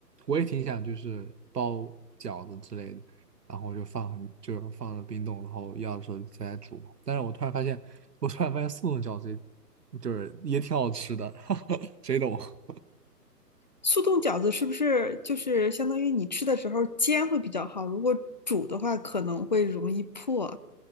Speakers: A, on the right; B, on the left.
A: 我也挺想就是包饺子之类的，然后就放很就是放了冰冻，然后要的时候再来煮嘛但是我突然发现，我突然发现速冻饺子也就是也挺好吃的，<laughs> 谁懂啊？
B: 速冻饺子是不是就是相当于你吃的时候煎会比较好？如果煮的话可能会容易破。